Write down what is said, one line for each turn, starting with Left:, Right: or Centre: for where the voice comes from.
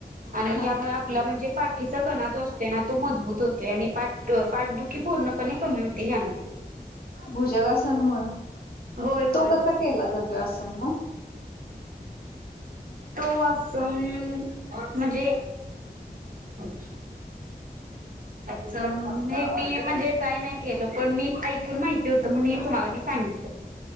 Right: आणि
Left: हां,
Right: यामुळे आपला म्हणजे. पाठीचा कणा जो असतो ना तो मजबूत होतोय, आणि पाठ पाठदुखी पूर्णपणे कमी होते ह्याना.
Left: भुजगासन मुळ
Right: होय होय
Left: तो कसा
Right: होय.
Left: केला जातो आसन मग.
Right: तो आसन. म्हणजे. <unintelligible> अच्छा हे मी म्हणजे ट्राय नाही केलं, पण मी ऐकून माहिती होतं म्हणून हे तुम्हाला मी सांगितलं.